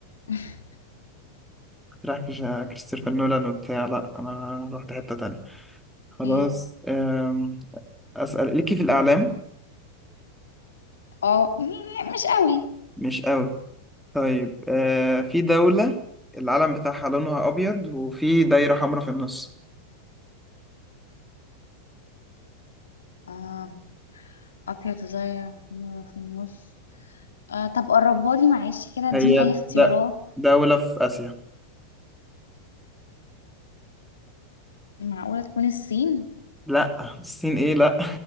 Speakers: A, on the left; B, in the centre.
A: <laughs>
B: كنت رايح كش- كريستوفر نولان وبتاع لا انا رحت حتة تانية خلاص
A: مم.
B: آم... اسأل ليكي في الاعلام
A: اه م- م- مش قوي
B: مش قوي طيب آه... في دولة العلم بتاعها لونها ابيض وفي دايرة حمراء في النص
A: آه. أبيض زي حمرا في النص آه طب قربها لي معلش كده اديني
B: هي
A: أي اختيارات
B: د- دولة في آسيا
A: معقولة تكون الصين
B: لا الصين ايه لا